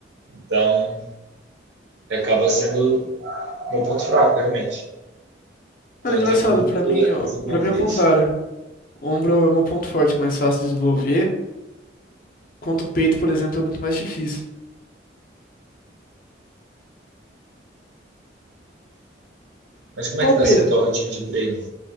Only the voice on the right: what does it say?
Então, acaba sendo meu ponto fraco, realmente. Então,
eu tenho muito
a desenvolver
isso.
Mas como
é que
tá
sendo tua rotina de treino?